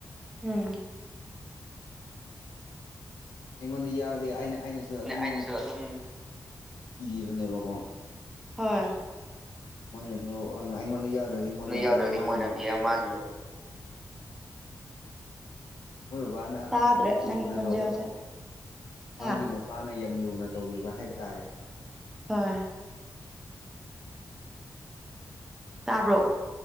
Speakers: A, in the centre; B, on the left.
A: ꯎꯝ
B: ꯑꯩꯉꯣꯟꯗ ꯌꯥꯔꯗꯤ ꯑꯩꯅ ꯑꯩꯅꯁꯨ ꯑꯗꯨꯝ
A: ꯑꯩꯅꯁꯨ ꯑꯗꯨꯝ
B: ꯄꯤꯕꯅꯦꯕꯀꯣ
A: ꯍꯣꯏ
B: ꯃꯣꯏꯅꯁꯨ ꯑꯩꯉꯣꯟꯗ ꯌꯥꯎꯗ꯭ꯔꯗꯤ ꯃꯣꯏꯅ
A: ꯅꯣꯏ ꯌꯥꯎꯗ꯭ꯔꯗꯤ
B: ꯄꯤ ꯃꯥꯒꯤꯣ
A: <unintelligible>
B: ꯃꯣꯏ ꯕꯕꯥꯅ
A: ꯇꯥꯗ꯭ꯔꯦ
B: ꯌꯥꯝ
A: ꯅꯪꯒꯤ
B: ꯂꯨꯅ
A: ꯈꯣꯟꯖꯦꯜꯁꯦ
B: ꯇꯕ ꯃꯥꯒꯤ
A: ꯍꯥ
B: ꯅꯨꯄꯥꯅ ꯌꯥꯝ ꯂꯨꯅ ꯇꯧꯕꯤꯕ ꯍꯥꯏꯕ ꯇꯥꯔꯦ
A: ꯍꯣꯏ ꯇꯥꯕ꯭ꯔꯣ